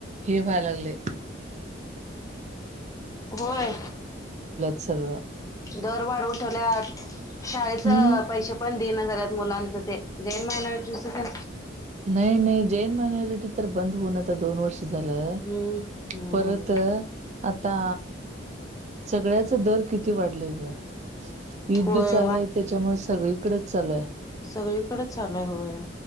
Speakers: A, on the right; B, on the left.
A: हे व्हाय लागलय.
B: होय,
A: सगळं
B: दर वाढऊन ठेवल्यात. शाळेच
A: हम्म
B: पैसे पण देणं झाल्यात मुलांच ते, जैन मायनॉरिटीच तेन.
A: नाही, नाही जैन मायनॉरिटी तर बंद होऊन आता दोन वर्ष झालं
B: हम्म हम्म
A: परत आता सगळ्याच दर किती वाढलेय ग युद्ध
B: होय
A: चालू आहे त्याच्यामुळे सगळीकडेच चालू आहे
B: सगळीकडेच चालूय होय